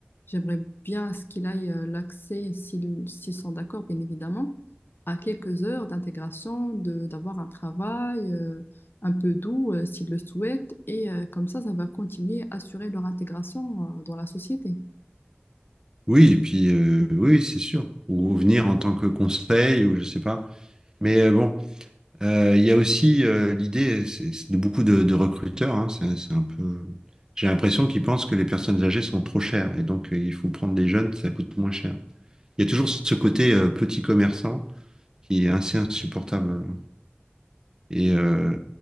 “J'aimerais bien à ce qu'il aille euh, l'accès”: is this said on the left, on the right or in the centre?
Left